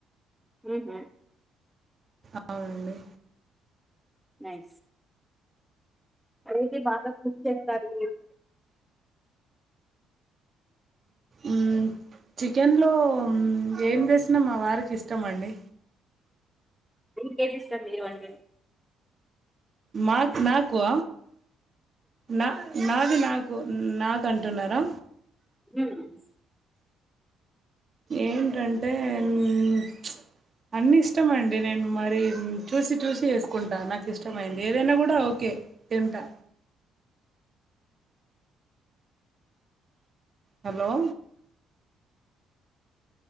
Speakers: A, in the centre; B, on the right (about 40°).
A: ఉహు
B: అవునండి.
A: నైస్ అదైతే బాగా కుక్ చేస్తారు మీరు?
B: ఉమ్ చికెన్ లో ఏం చేసినామా బా వారికి ఇష్టం అండి.
A: మీకేది ఇష్టం లేవండి
B: మాక్ నాకు నా నాది నాక్ కు నాకంటున్నారా?
A: ఉమ్
B: ఏంటంటే ఉమ్ ప్చ్ అన్ని ఇష్టమండి నేను మరి చూసి చూసి ఏసుకుంటా, నాకు ఇష్టమైంది ఏదైనా కూడా ఓకే కె తింటా హలో